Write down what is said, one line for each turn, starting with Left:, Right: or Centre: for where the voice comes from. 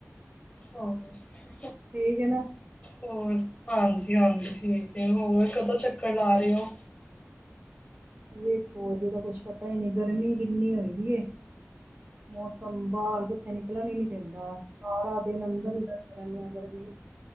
Left: ਹਾਂ
Right: ਠੀਕ ਹੈ ਨਾ
Left: ਹੋਰ ਹਾਂਜੀ ਹਾਂਜੀ ਠੀਕ ਹੈ ਹੋਰ ਕਦੋਂ ਚੱਕਰ ਲਾ ਰਹੇ ਹੋ?
Right: ਵੇਖੋ ਅਜੇ ਤਾਂ ਕੁਛ ਪਤਾ ਹੀ ਨਹੀਂ ਗਰਮੀ ਕਿੰਨੀ ਹੋਈ ਦੀ ਏ ਮੌਸਮ ਬਾਹਰ ਕਿੱਥੇ ਨਿਕਲਣ ਹੀ ਨੀ ਦਿੰਦਾ ਸਾਰਾ ਦਿਨ ਅੰਦਰ ਹੀ ਬਸ ਰਹਿਣੇ ਆ ਬਸ ਗਰਮੀ ਚ